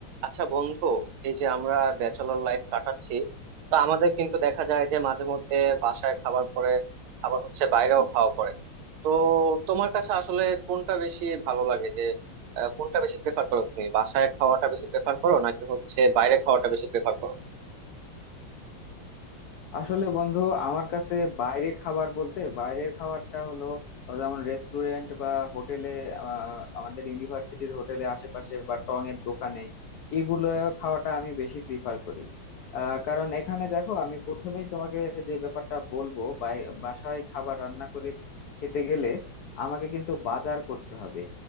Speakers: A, on the right (about 85°); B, on the left (about 85°).
A: আচ্ছা বন্ধু এই যে আমরা ব্যাচেলর লাইফ কাটাচ্ছি তো আমাদের কিন্তু দেখা যায় যে মাঝে মধ্যে বাসায় খাবার পরে আবার হচ্ছে বাইরেও খাওয়া পড়ে তো তোমার কাছে আসলে কোনটা বেশি ভালো লাগে যে আহ, কোনটা বেশি প্রেফার করো তুমি বাসায় খাওয়াটা বেশি প্রেফার করো নাকি হচ্ছে বাইরে খাওয়াটা বেশি প্রেফার করো
B: আসলে বন্ধু আমার কাছে বাইরে খাবার বলতে বাইরের খাবারটা হলো আহ, যেমন রেস্টুরেন্ট বা হোটেলে আমাদের ইউনিভার্সিটির হোটেলে আশেপাশে বা টং এর দোকানে এগুলো খাওয়াটা আমি বেশি প্রিফার করি আহ, কারণ এখানে দেখো আমি প্রথমেই তোমাকে যে ব্যাপারটা বলবো বাই- বাসায় খাবার রান্না করে খেতে গেলে আমাকে কিন্তু বাজার করতে হবে